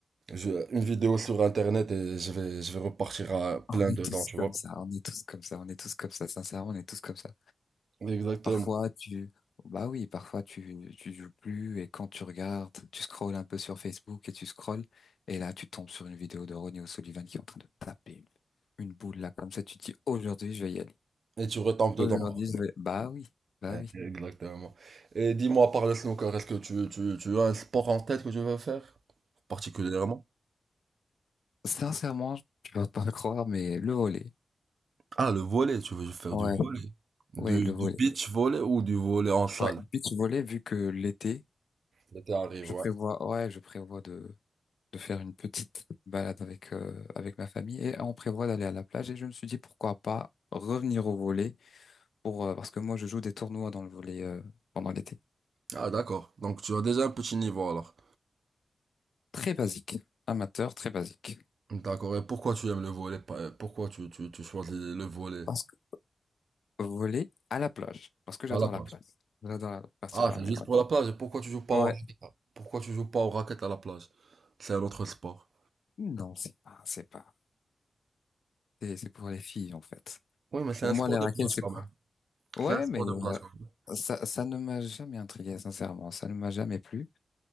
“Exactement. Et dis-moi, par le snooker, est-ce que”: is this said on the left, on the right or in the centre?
Right